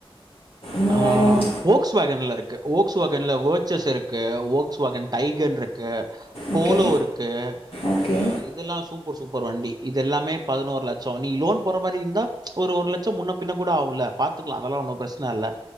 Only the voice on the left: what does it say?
ம்,
ஓகே
ஓகே